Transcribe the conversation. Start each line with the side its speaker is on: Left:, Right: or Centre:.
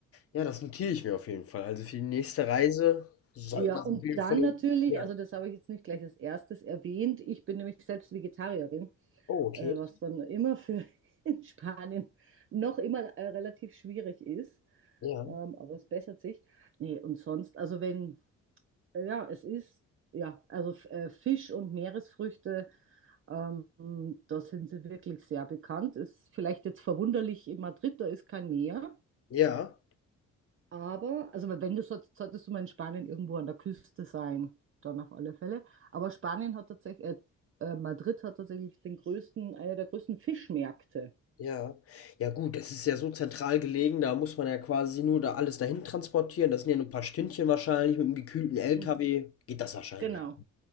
Left: Ja, das notiere ich mir auf jeden Fall. Also, für die nächste Reise soll
Right: Ja,
Left: das
Right: und
Left: auf jeden
Right: dann
Left: Fall
Right: natürlich,
Left: ja.
Right: also das habe ich jetzt nicht gleich als erstes erwähnt, ich bin nämlich selbst Vegetarierin,
Left: Oh, okay.
Right: äh, was dann immer für <laughs> in Spanien noch immer äh, relativ schwierig ist,
Left: Ja.
Right: ähm, aber es bessert sich. Nee, und sonst, also wenn, ja, es ist, ja, also äh, Fisch und Meeresfrüchte Ähm, da sind sie wirklich sehr bekannt. Ist vielleicht jetzt verwunderlich in Madrid, da ist kein Meer.
Left: Ja,
Right: Aber, also wenn du solltest, solltest du mal in Spanien irgendwo an der Küste sein, dann auf alle Fälle. Aber Spanien hat tatsächlich, äh, äh, Madrid hat tatsächlich den größten, einer der größten Fischmärkte.
Left: ja. Ja gut, das ist ja so zentral gelegen, da muss man ja quasi nur da alles dahin transportieren. Das sind ja nur 'n paar Stündchen wahrscheinlich. Mit 'm gekühlten LKW
Right: Hm,
Left: geht das wahrscheinlich.
Right: genau.